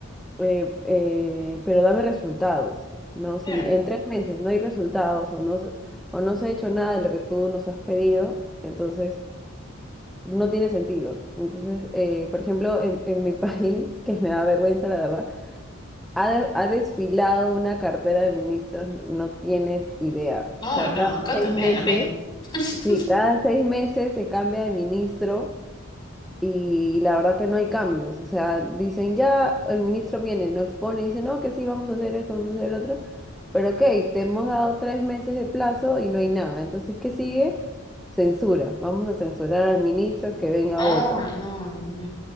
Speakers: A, in the centre; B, on the left.
A: eh, eh, pero dame resultados, ¿no? Si
B: Claro.
A: en tres meses no hay resultados o no, se- o no se ha hecho nada de lo que tú nos has pedido, entonces no tiene sentido. Entonces, eh, por ejemplo, en, en mi <laughs> país, que me da vergüenza, la verdad, ha, de- ha desfilado una cartera de ministros, no tienes idea.
B: No,
A: O sea,
B: no,
A: cada
B: acá
A: seis
B: también,
A: meses...
B: lo mismo. <laughs>
A: Sí, cada seis meses se cambia de ministro y la verdad que no hay cambios. O sea, dicen ya, el ministro viene, no expone, dice no, que sí, vamos a hacer esto, vamos a hacer el otro. Pero ok, te hemos dado tres meses de plazo y no hay nada. Entonces, ¿qué sigue? Censura. Vamos a censurar al ministro que venga
B: Oh,
A: otro.
B: no. Dios mío.